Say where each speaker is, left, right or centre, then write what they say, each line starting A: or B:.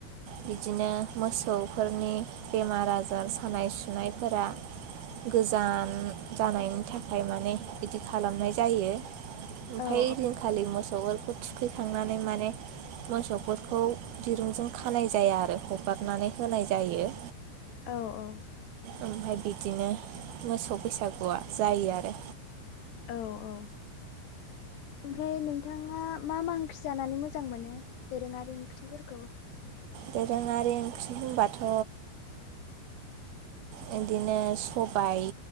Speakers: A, on the right; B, on the left.
A: बिदिनो मोसौफोरनि बेमार आजार सानाय सुनायफोरा गोजान जानायनि थाख फाय माने बिदि खालामनाय जायो ओमफ्राय
B: औ
A: ओदिनखालि मोसौफोरखौ थु थुखैखांनानै माने मोसौफोरखौ दिरुंजों खानाय जाया आरो हगारनानै होनाय जायो।
B: औ औ।
A: ओमफ्राय बिदिनो मोसौ बैसागुआ जायो आरो।
B: औ औ ओमफ्राय नोंथाङा मा मा ओंख्रि जानानै मोजां मोनो। दोरोङारि ओंख्रिफोरखौ
A: दोरोङारि ओंख्रि होनबाथ' बिदिनो सबाय